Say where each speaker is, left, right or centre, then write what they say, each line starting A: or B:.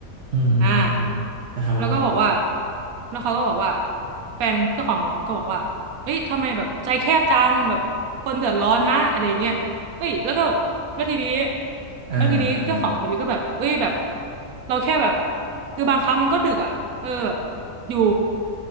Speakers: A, on the right; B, on the right.
A: อืมอืมอืมอืมนะครับว่าไง
B: อ่าแล้วก็บอกว่าแล้วเขาก็บอกว่าแฟนเจ้าของก็บอกว่า เอ้ยทำไมแบบใจแคบจังแบบคนเดือดร้อนนะอะไรอย่างเงี้ยเอ้ยแล้วก็แล้วทีนี้
A: อ่าอ่าอ่าอ่า
B: แล้วทีนี้เจ้าของทวิตก็แบบเอ้ยแบบเราแค่แบบคือบางครั้งมันก็ดึกอ่ะเออแบบอยู่